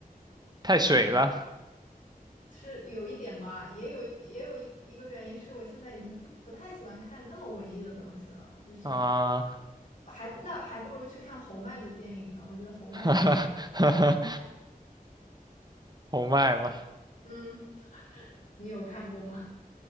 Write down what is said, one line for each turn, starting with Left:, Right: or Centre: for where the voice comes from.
Right: 太水了
Left: 怎么？是有一点吧，也有也有一一个原因是我现在已经不不太喜欢看那么文艺的东西了，就是
Right: 啊，
Left: 还那还不如去看侯麦的电影呢，我觉得侯麦的电影更好。
Right: <laughs> 哈哈哈哈，红麦嘛，
Left: 嗯，<laughs> 你有看过吗？